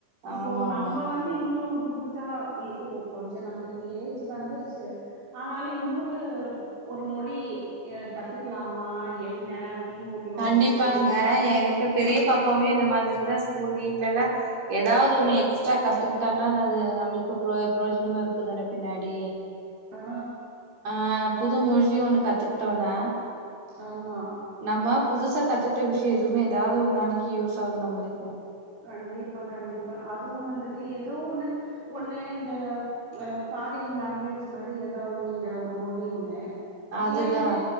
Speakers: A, on the right; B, on the right.
A: இப்போ
B: ஆமா ஆமா
A: நம்ப வந் தி இன்னொன்னு புதுசா இ உ கொஞ்ச நம்ளுக்கு ஏஜி வந்துருச்சு ஆனாலு இன்னூரு ஒரு மொழி எ கத்துக்லாமா என்ன அப்டின்னு ஒரு யோசன
B: கண்டிப்பாங்க
A: போயிட்ருக்கு.
B: எனக்கு பெரிய பாப்பாவே இந்த மாதிரிதா ஸ்கூல் லீவ்லெல்லா எதாது ஒன்னு எக்ஸ்ட்ரா கத்துக்கிட்டானா அது நம்மளுக்கு புரோ புரோஜனமா இருக்குந்தான பின்னாடி
A: ஆ
B: ஆ புது மொழி ஒன்னு கத்துக்கிட்டோனா
A: ஆமா
B: நம்ம புதுசா கத்துக்கிட்ட விஷ்யோ எதுமே எதாது ஒரு நாளைக்கு யூஸ் ஆகு நம்மளுக்கு
A: கண்டிப்பா கண்டிப்பா அதுவும் வந்துட்டு ஏதோ ஒன்னு ஒன்னு இந்த அ ஃபாரின் லாங்வேஜ் மாரி எதாவொன்னு இங்க ஒரு மொழி ஒன்னு இல்லேண்டு
B: அதுதா